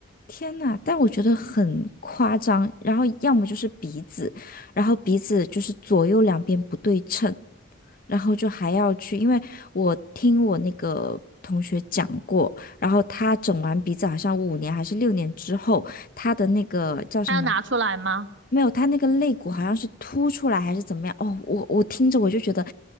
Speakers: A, on the left; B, on the right.
A: 天呐，但我觉得很夸张。然后要么就是鼻子，然后鼻子就是左右两边不对称，然后就还要去，因为我听我那个同学讲过，然后他整完鼻子好像五年还是六年之后，他的那个叫什么
B: 还要拿出来吗？
A: 没有，他那个肋骨好像是凸出来还是怎么样？哦，我我听着我就觉得